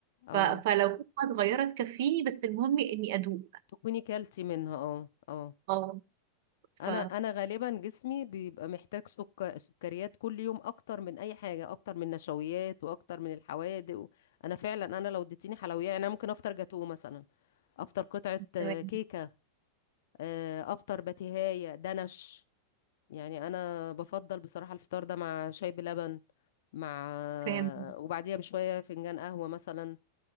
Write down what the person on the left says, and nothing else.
اه
تكوني كلتي منها اه اه
انا
انا غالبا جسمي بيبقى محتاج سكر سكريات كل يوم اكتر من اي حاجه اكتر من نشويات واكتر من الحوادق و... انا فعلا انا لو اديتيني حلويات يعني انا ممكن افطر جاتوه مثلا افطر قطعه آه،
كيكه آه، افطر بتيهايه دنش يعني انا بفضل بصراحه الفطار ده مع شاي بلبن مع آه،
وبعديها بشويه فنجان قهوه مثلا